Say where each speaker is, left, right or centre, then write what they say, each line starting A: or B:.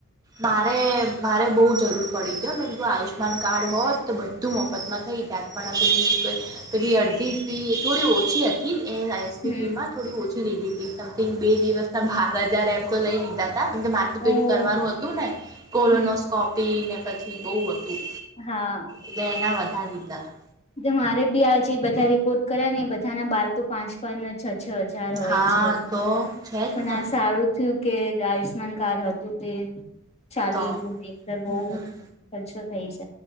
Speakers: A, on the right; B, on the left.
A: મારે મારે બહુ જરૂર પડી હતી મું આયુષ્યમાન કાર્ડ હોત તો બધ વધું મફતમાં થઈ જાત પણ પે પેલી અડધી ફી થોડી ઓછી હતી એ એસપી
B: હમ
A: માં થોડી ઓછી લીધી હતી સમથિંગ બે દિવસના બાર હજાર એમ તો લઈ લીધા મ કે મારદું પેલું
B: ઓહ
A: કરવાનું હતું ને કોરોનોસ્કોપી
B: હમ
A: ને પછી બહુ હતું
B: હા
A: એટલે એના વધારી દીધા હતા
B: મારે બી આજે બધા રિપોર્ટ કર્યા ને બધાના બાર તો પાંચ પાંચ ન છ છ જ હોય
A: હા
B: છે
A: તો છે જ
B: પણ
A: ને
B: આ સારું થયું કે જે આયુષ્માન કાર્ડ હતું તે ચાલી
A: તો
B: ગયું મે એક તર
A: હમ
B: બો ખર્છો થઈ જ